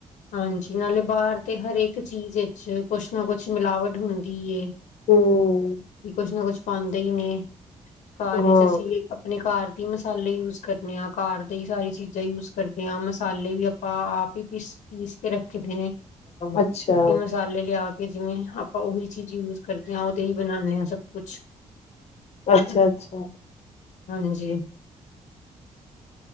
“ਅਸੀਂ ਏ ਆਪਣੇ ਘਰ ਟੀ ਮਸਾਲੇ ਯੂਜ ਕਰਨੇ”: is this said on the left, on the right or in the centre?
Left